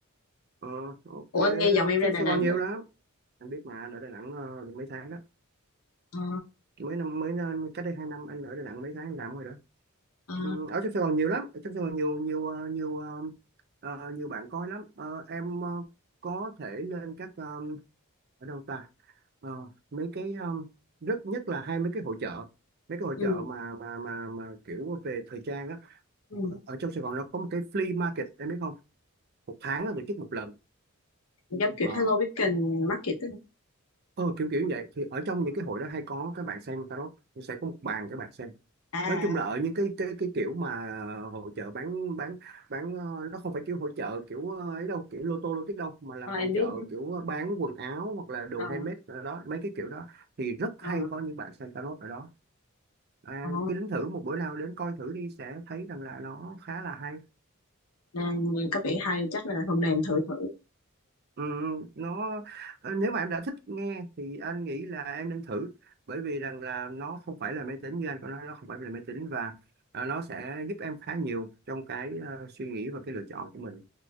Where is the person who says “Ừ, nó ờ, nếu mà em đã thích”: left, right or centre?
Right